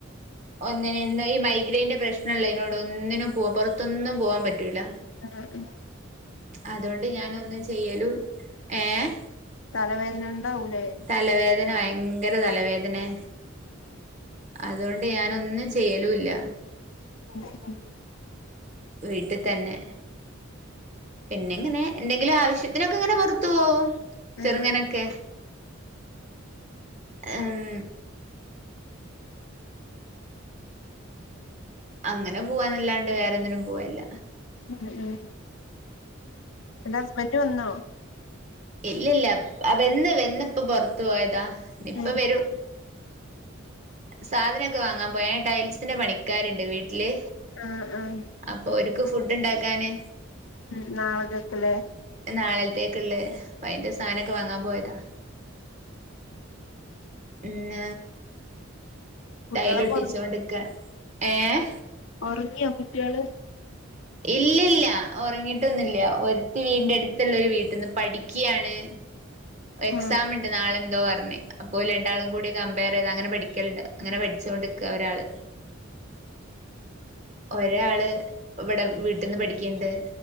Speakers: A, on the right; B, on the left.
A: ഒന്നിന് ഈ മൈഗ്രൈന്റെ പ്രശ്നള്ളേനോടൊന്നിനും പോ പൊറത്തൊന്നും പോവാൻ പറ്റൂല
B: ആഹ ആഹ
A: അതോണ്ട് ഞാനൊന്നും ചെയ്യലൂ ഏഹ
B: തലവേദന ണ്ടാഊലെ
A: തലവേദന ഭയങ്കര തലവേദനെ
B: <inaudible>
A: അതോണ്ട് ഞാനൊന്നും ചെയ്യലുല്ല
B: <inaudible>
A: വീട്ടി തന്നെ പിന്നെങ്ങനെ എന്തെങ്കിലും ആവശ്യത്തിനൊക്കെ ങ്ങനെ പൊറതോവും ചെറുങ്ങനൊക്കെ
B: ആഹ്
A: ഉം അങ്ങനെ പോവാന്നല്ലാണ്ട് വേറൊന്ന്നും പോവേല്ല
B: ഉം ഉം അന്റെ ഹസ്ബന്റ് വന്നോ?
A: ഇല്ലല്ല വന്ന് വന്നിപ്പോ പൊറത്ത് പോയതാ ഇപ്പ
B: ഉം
A: വരൂ സാധനമൊക്കെ വാങ്ങാൻ പോയാൻ ടൈൽസിന്റെ പണിക്കാരുണ്ട് വീട്ടില്
B: ആഹ ആഹ
A: അപ്പൊ ഒരുക്ക് ഫുഡ് ഉണ്ടാക്കാന്
B: ഉം നാളത്തെകിലെ
A: നാളത്തേക്ക ഉള്ളേ അപ്പ അയിന്റെ സാധനമൊക്കെ വങ്ങാൻ പോയതാ പിന്ന
B: കുട്ടികളൊക്കെ
A: ടൈലൊട്ടിച്ചൊണ്ടിക്ക എഹ
B: ഉറങ്ങിയ കുട്ടികള്
A: ഇല്ലല്ല ഉറങ്ങിട്ടൊന്നുമില്ല ഒരുത്തി വീടിൻ്റെ അടുത്തുള്ളരു വീട്ടന്ന് പഠിക്കുകയാണ് എക്സാം
B: ആഹ്
A: ഉണ്ട് നാളെന്തോ പറഞ്ഞഞ് അപ്പോ രണ്ടാളും കൂടി കമ്പയർ ചെയ്താ അങ്ങനെ പഠിക്കലണ്ട് അങ്ങനെ പഠിച്ചുകൊണ്ടരിക്കുക ഒരാള് ഒരാ ആള് ഇവിടെ വീട്ടിൽന്ന് പഠിക്കണ്ട്